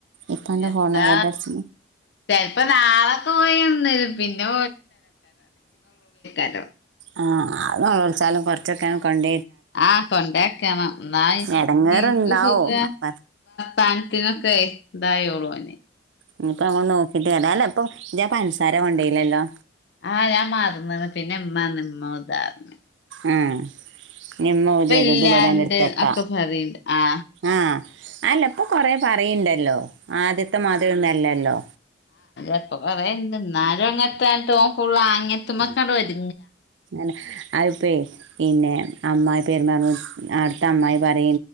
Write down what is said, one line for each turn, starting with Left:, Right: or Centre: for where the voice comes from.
Right: ഇപ്പൻ്റെ
Left: എന്താ
Right: ഫോണാ അവരുടെ അടിച്ചു
Left: ചിപ്പോ നാളെ പോയി <inaudible> പിന്നെ <unintelligible>
Right: ആ അതു നിലവിളിച്ചാലും കുറച്ചൊക്കെ കൊണ്ട
Left: ആ കൊണ്ടക്കണം എന
Right: ഇടങ്ങേറുണ്ടാവും
Left: നിക്ക് സുഖ
Right: പ-
Left: ഥാനത്തിനൊക്കെ ഇതായോള്ളു അനെ
Right: ഇനിപ്പ അങ്ങോണ്ട് നോക്കിട്ട് വരാല്ലോ ഇപ്പൊ ഇപ്പ പഞ്ചസാര കൊണ്ടല്ലല്ലോ
Left: ആഹ് ഞാൻ മാറന്ന പിന്നെ എ്മാ നിമ്മ ഉദാർന്ന
Right: ആഹ നിമ്മ തിത്
Left: ഇല്ലാണ്ട്
Right: ദു ബട ഇടുത്തക്ക
Left: ഒക്കെ പറയണ്ട് ആ
Right: ആഹ അല്ലപ്പൊ കൊറേ പറയണ്ടല്ലോ ആദ്യത്തെ മതൊന്നല്ലല്ലോ
Left: അപ്പ പറയണ്ട് എന്നാലും അങ്ങനത്തെ തോക്കുള്ള അങ്ങത്ത്മക്കാടെ വര
Right: ന്ന അ് പെരുറ അടു അ് പറ